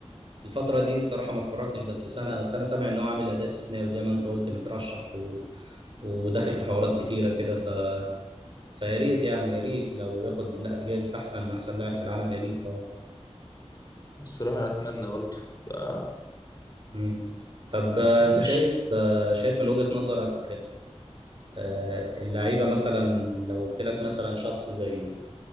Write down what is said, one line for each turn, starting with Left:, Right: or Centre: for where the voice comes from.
Right: الفتره دي الصراحه ما اتفرجتش بس سنه بس انا سامع ان هو عامل اداء استثنائي وزي ما انت قلت مترشح و... وداخل في حوارات كتيره كده ف... فيا ريت يعني يا ريت لو ياخد لا- جايزه احسن احسن لاعب في العالم يا ريت طبعا
Left: الصراحه انا اتمنى برضو آه،
Right: مم. طب آه، انت
Left: مش
Right: شايف آه، شايف من وجهه نظرك آه، اللعيبه مثلا لو قلت لك مثلا شخص زي